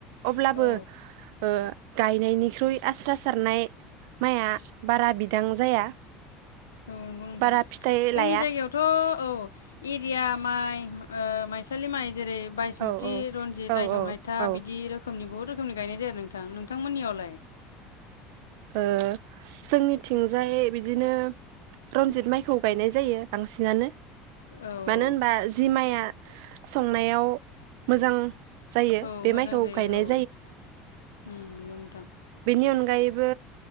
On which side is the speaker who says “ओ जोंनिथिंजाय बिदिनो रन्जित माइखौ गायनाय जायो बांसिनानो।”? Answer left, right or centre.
Right